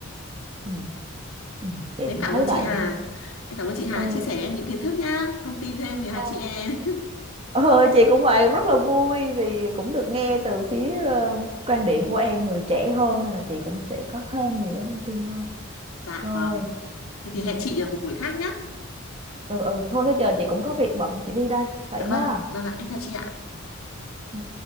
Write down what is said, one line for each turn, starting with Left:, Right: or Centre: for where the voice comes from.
Right: ừ, ừ. chị
Left: thế em
Right: cũng
Left: cảm
Right: thấy
Left: ơn chị
Right: vậy
Left: Hà em cảm ơn chị Hà
Right: ừ,
Left: đã chia sẻ em những kiến thức nhá thông tin thêm về hai
Right: ừ.
Left: chị em
Right: ừ chị cũng vậy cũng rất là vui vì cũng được nghe từ phía ờ, quan điểm của em người trẻ hơn nên là chị cũng sẽ có thêm nhiều cái thông tin hơn
Left: <laughs> dạ
Right: rồi
Left: vâng thế thì
Right: ừ.
Left: hẹn chị ở một buổi khác nhá
Right: ừ ừ thôi thế chờ chị cũng có việc bận chị đi đây vậy
Left: dạ
Right: nhá
Left: vâng vâng ạ em chào chị ạ
Right: Ừ.